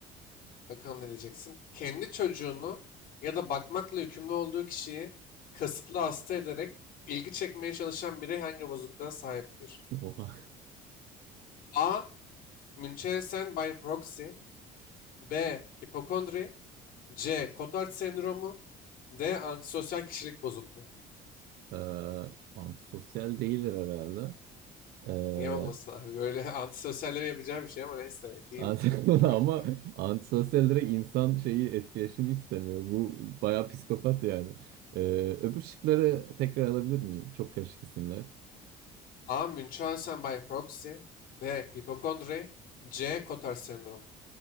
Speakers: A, on the left (about 60°); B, on the right (about 70°).
A: Bakalım ne diyeceksin? Kendi çocuğunu ya da bakmakla yükümlü olduğu kişiyi kasıtlı hasta ederek ilgi çekmeye çalışan birey hangi bozukluğa sahiptir?
B: Oha.
A: A. Münchhausen by proxy B. Hipokondri C. Cotard sendromu D. Antisosyal kişilik bozukluğu.
B: Ee, antisosyal değildir herhalde. Ee,
A: Niye olmasın abi? Böyle <laughs> antisosyallerin yapacağı bir şey ama neyse değildir
B: ant- <laughs>
A: belki
B: ama
A: de.
B: antisosyal direkt insan şeyi etkileşimi istemiyor. Bu bayağı psikopat yani. Ee, öbür şıkları tekrar alabilir miyim? Çok karışık isimler.
A: A. Münchhausen by proxy B. Hipokondri C. Cotard sendromu.